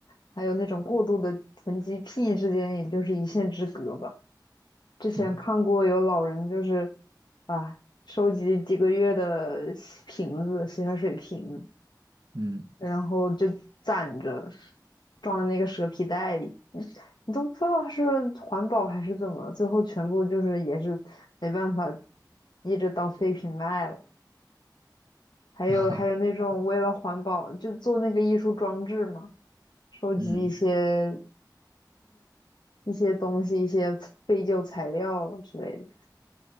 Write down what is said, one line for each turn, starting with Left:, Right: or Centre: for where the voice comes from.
Left: 还有那种过度的囤积癖之间，也就是一线之隔吧。之前看过有老人就是
Right: 嗯
Left: 啊，收集几个月的洗瓶子、洗发水瓶，
Right: 嗯
Left: 然后就攒着，装在那个蛇皮袋里。你都不知道它是环保还是怎么了，最后全部就是也是没办法，一直当废品卖了。还有还有那种为了环保就做那个艺术装置嘛，
Right: <laughs>
Left: 收集一些
Right: 嗯
Left: 一些东西、一些废旧材料啊之类的，